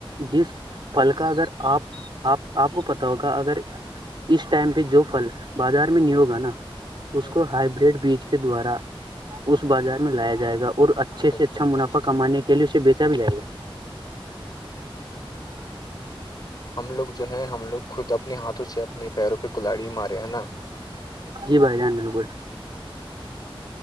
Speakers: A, on the right; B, on the left.
A: جس پل کا اگر آپ آپ آپ کو پتا ہوگا اگر اس ٹائم پہ جو پھل بازار میں نہیں ہوگا نا اس
B: ہوں،
A: کو
B: ہوں،
A: ہائیبرڈ بیج کے دوارا اس بازار میں لایا جائے گا اور اچھے
B: بالکل
A: سے اچھا منافع
B: بالکل صحیح
A: کمانے
B: بات
A: کے لیے اسے بیچا بھی جائے گا
B: ہم لوگ جو ہے ہم لوگ خود اپنے ہاتھوں سے اپنے پیروں پہ کلاڑی مارے ہیں نا
A: جی بھائی جان بالکل